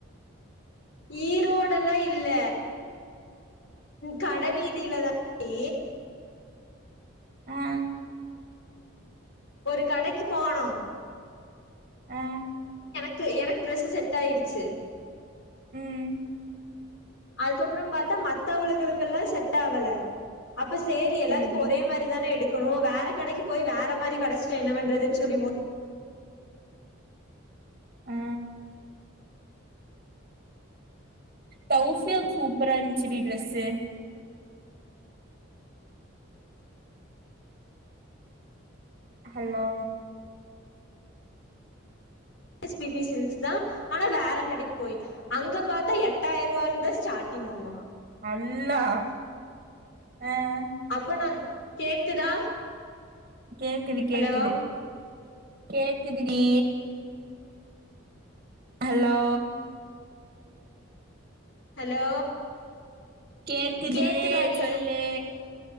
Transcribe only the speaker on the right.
ம்
ஆஹ்
ஆ
உம்
சேரி
ஆ தௌபியா சூப்பரா இருந்துச்சுடி ட்ரெஸ்ஸு ஹலோ
அல்லா ஆஹ்
கேக்குது கேக்குது
கேக்குது டி ஹலோ
கேக்குதே
சொல்லு